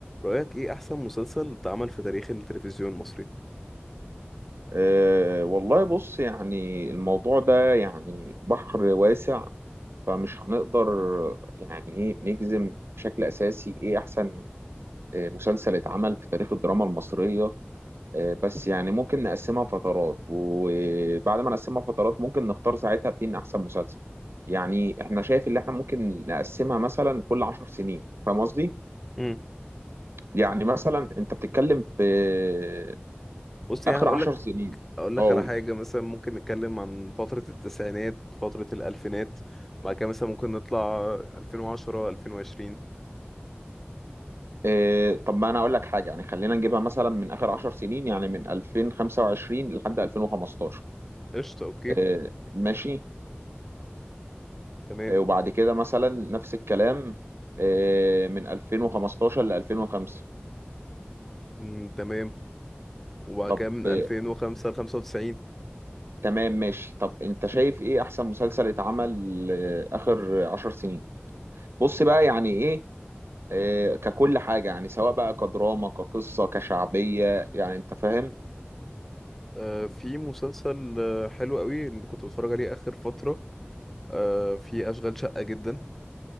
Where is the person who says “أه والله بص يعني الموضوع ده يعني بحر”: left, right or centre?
Right